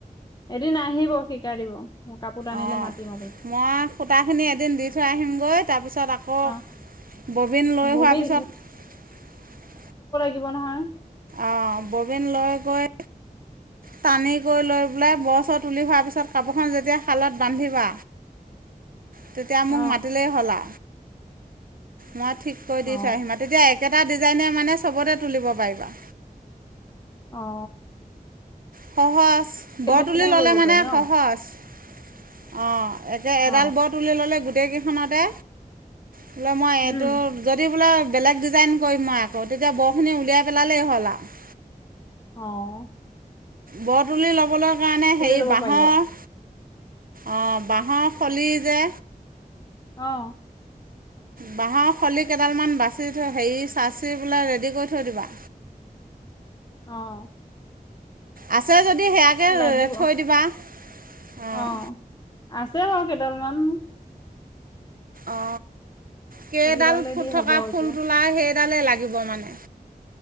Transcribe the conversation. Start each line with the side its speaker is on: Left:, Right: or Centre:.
Left: এদিন আহিব শিকাই দিব। মোৰ কাপোৰ টানিলে
Right: অ,
Left: মাতিম আপুনি
Right: মই সূতাখিনি এদিন দি থৈ আহিমগৈ তাৰপিছত আকৌ
Left: অ
Right: ববিন লৈ
Left: ববিন
Right: হোৱাৰ পিছত
Left: থাকিব নহয়।
Right: অ ববিন লয় গৈ টানি কৰি লৈ পেলাই বৰ চৰ তোলি হোৱাৰ পিছত কাপোৰখন যেতিয়া শালত বান্ধিবা তেতিয়া
Left: অ
Right: মোক মাতিলেই হল আ। মই ঠিক কৰি দি
Left: অ
Right: থই আহিম মাতি দিয়া একেবাৰে এটা ডিজাইনে মানে চবতে তুলিব পাৰিবা।
Left: অ।
Right: সহজ, বৰ
Left: ডিজাইনে
Right: তুলি ল'লে
Left: কৰিব
Right: মানে
Left: পাৰি ন
Right: সহজ, অ একে
Left: অ
Right: এডাল বৰ তুলি ললে গো গোটেই কেইখনতে বোলে মই
Left: উম
Right: এইটো যদি বোলে বেলেগ ডিজাইন কৰিম মই আকৌ তেতিয়া বৰ খিনি উলিয়াই পেলালেই হ'ল আ।
Left: অহ।
Right: বৰ তুলি ল'বলৈ কাৰণে হেৰি,
Left: ল'ব
Right: বাঁহৰ
Left: পাৰি আৰু
Right: অ বাহৰ খলি যে
Left: অহ।
Right: বাঁহৰ খলি কেইডালমান বাচি থ হেৰি চাচি কৰি ৰেডি কৰি থৈ দিবা।
Left: আহ।
Right: আছে যদি সেয়াকে
Left: লাগিব,
Right: থৈ দিবা অঁ
Left: অ আছে বাৰু কে ডালমান।
Right: অ। কেইডাল
Left: সেইকেইডালে
Right: ফুট
Left: দি
Right: থকা
Left: হ'ব
Right: ফুল
Left: এতিয়া
Right: তোলাই সেই ডালে লাগিব মানে।